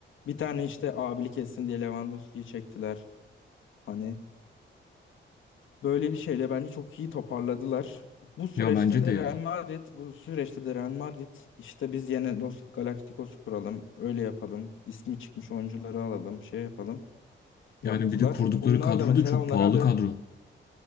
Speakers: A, on the left; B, on the left.
A: Bir tane işte abilik etsin diye Lewandowski'yi çektiler. Hani böyle bir şeyle bence çok iyi toparladılar. Bu süreçte
B: Ya bence
A: de
B: de
A: Real
B: ya.
A: Madrid, bu süreçte de Real Madrid işte biz yine Los Galacticos kuralım, öyle yapalım. ismi çıkmış oyuncuları alalım, şey yapalım. Yaptılar.
B: Yani bir de kurdukları
A: Onlar
B: kadro
A: da mesela
B: da çok
A: onlara
B: pahalı
A: biraz
B: kadro.